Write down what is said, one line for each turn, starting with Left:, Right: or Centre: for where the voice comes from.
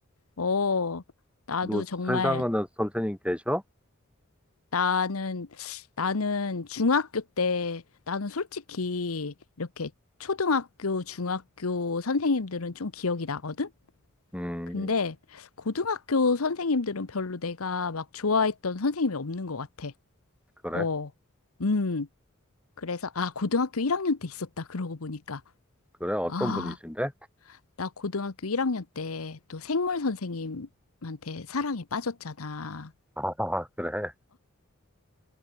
Left: 어, 나도
Centre: 너
Left: 정말,
Centre: 세상에는 선생님 계셔?
Left: 나는, 나는 중학교 때, 나는 솔직히 이렇게 초등학교, 중학교 선생님들은 좀 기억이 나거든?
Centre: 음,
Left: 근데 고등학교 선생님들은 별로 내가 막 좋아했던 선생님이 없는 것 같아.
Centre: 그래?
Left: 어, 음. 그래서, 아, 고등학교 1학년 때 있었다. 그러고 보니까.
Centre: 그래? 어떤
Left: 아,
Centre: 분이신데?
Left: 나 고등학교 1학년 때 또 생물 선생님한테 사랑에 빠졌잖아.
Centre: 아, 그래.